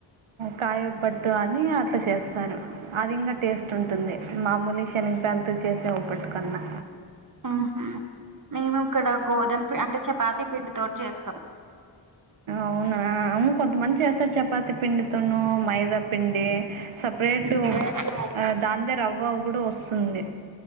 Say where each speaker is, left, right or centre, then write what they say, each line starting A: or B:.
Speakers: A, on the right; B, on the right.
A: కాయోబట్టు అని అట్లా చేస్తారు అది ఇంకా టేస్ట్ ఉంటుంది మామూలు శనగబేళా తో చేసే ఓబట్టు కన్నా
B: ఆహా మేము ఇక్కడ గోధుమ అంటే చపాతి పిండితోటి చేస్తాం
A: అవునా అవును కొంతమంది చేస్త తో చపాతి పిండితోను మైదా పిండి సపరేట్
B: ఉమ్
A: అద్ దాందే రవ్వ అవి కూడా వస్తుంది